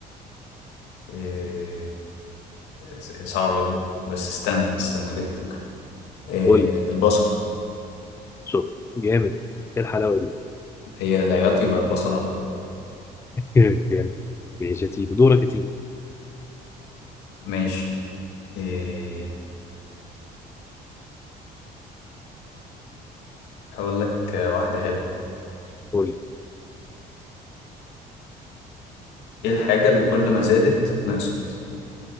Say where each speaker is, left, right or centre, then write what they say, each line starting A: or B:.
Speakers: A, on the left; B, on the left.
A: إيه س- صعبه دي بس استنى استنى جاتلي فكره إيه
B: قول لي
A: البصل
B: شوف جامد ايه الحلاوه دي
A: هي العياط يبقى البصل على طول
B: <laughs> جامد ماشي يا سيدي دورك يا سيدي
A: ماشي إيه هقول لك آه، واحدة حلوة
B: قول لي
A: ايه الحاجة اللي كل ما زادت نقصت